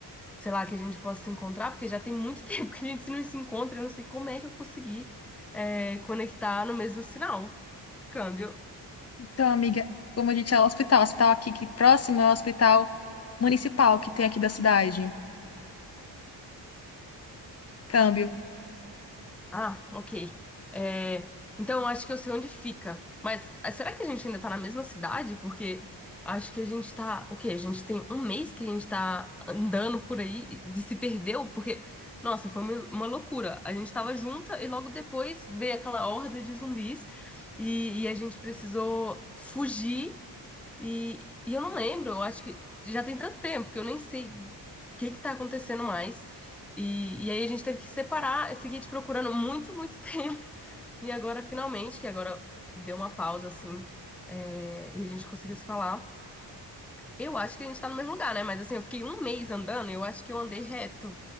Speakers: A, in the centre; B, on the left (about 35°).
A: sei lá, que a gente possa se encontrar? Porque já tem muito <laughs> tempo que a gente não se encontra, eu não sei como é que eu consegui, é, conectar no mesmo sinal. Câmbio.
B: Então, amiga, como a gente é o hospital, o hospital aqui que próximo é o hospital municipal que tem aqui da cidade. Câmbio.
A: Ah, ok. É, então, eu acho que eu sei onde fica. Mas ah, será que a gente ainda tá na mesma cidade? Porque acho que a gente tá. O quê? A gente tem um mês que a gente tá andando por aí e de se perdeu, porque, nossa, foi uma, uma loucura. A gente tava junta e logo depois veio aquela horda de zumbis e, e a gente precisou fugir. E, e eu não lembro, eu acho que já tem tanto tempo que eu nem sei o que que tá acontecendo mais. E, e aí a gente teve que separar, eu fiquei te procurando muito, muito <laughs> tempo. E agora, finalmente, que agora deu uma pausa, assim, é, e a gente conseguiu se falar. Eu acho que a gente tá no mesmo lugar, né? Mas assim, eu fiquei um mês andando e eu acho que eu andei reto.